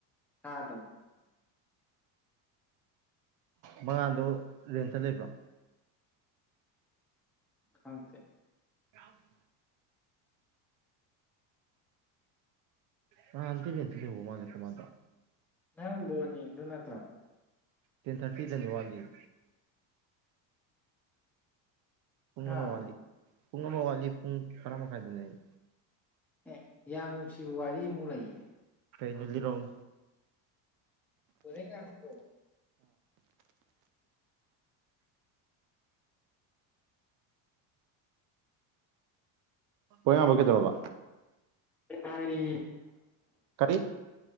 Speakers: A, in the centre; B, on the right.
A: <inaudible>
B: ꯃꯉꯥꯥꯟꯗꯣ ꯔꯦꯟꯇ ꯂꯩꯕ꯭ꯔꯣ
A: ꯈꯪꯇꯦ
B: <inaudible> ꯅꯍꯥꯟꯗꯤ ꯔꯦꯟꯇ ꯂꯩꯍꯧꯕ ꯃꯥꯜꯂꯤꯗ ꯑꯃꯗꯣ
A: ꯅꯪ ꯕꯣꯜ ꯌꯦꯡꯗꯣꯏ ꯅꯠꯇ꯭ꯔꯣ
B: ꯇꯦꯟ ꯊ꯭ꯔꯇꯤꯗꯅꯤ ꯋꯥꯠꯂꯤꯌꯦ ꯄꯨꯡ
A: ꯍꯥ
B: ꯑꯃ ꯋꯥꯠꯂꯤ ꯄꯨꯡ ꯑꯃ ꯋꯥꯠꯂꯤ ꯄꯨꯡ ꯇꯔꯥ ꯃꯈꯥꯏꯗꯅꯦ
A: ꯑꯦ ꯌꯥꯝ ꯅꯨꯡꯁꯤꯕ ꯋꯥꯔꯤ ꯑꯃꯨꯛ ꯂꯩ
B: ꯀꯩꯅꯣ ꯂꯤꯔꯣꯡ
A: ꯄꯨꯂꯒꯦ ꯑꯁꯨ
B: ꯑ ꯂꯣꯌꯥꯉꯥꯟꯕ ꯀꯩꯗꯧꯔꯕ
A: ꯊꯔꯤ
B: ꯀꯔꯤ